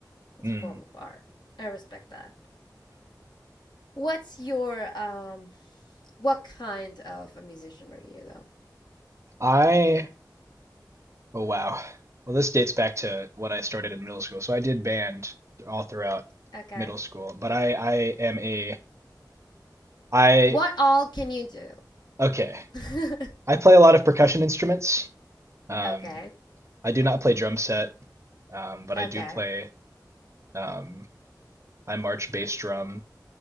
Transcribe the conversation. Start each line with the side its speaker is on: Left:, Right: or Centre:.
Left: It's
Right: Mm.
Left: a form of art. I respect that. What's your um what kind of a musician are you though?
Right: I oh wow. Well, this dates back to what I started in middle school. So I did band all throughout
Left: <laughs> okay.
Right: middle school, but I I am a I
Left: What all can you do?
Right: okay.
Left: <laughs>
Right: I play a lot of percussion instruments. Um,
Left: okay.
Right: I do not play drum set, um, but
Left: Okay.
Right: I do play um, I march bass drum.